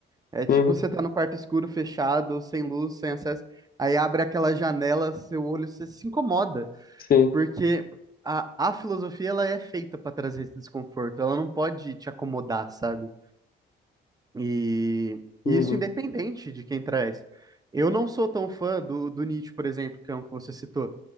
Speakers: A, on the right; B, on the left.
A: É tipo
B: Uhum,
A: você tá no quarto escuro, fechado, sem luz, sem acesso, aí abre aquela janela, seu olho se, se incomoda,
B: sim.
A: porque a, a filosofia ela é feita pra trazer esse desconforto, ela não pode te acomodar, sabe? E,
B: Uhum,
A: e isso independente de quem traz. Eu não sou tão fã do, do Nietzsche, por exemplo, que é um que você citou,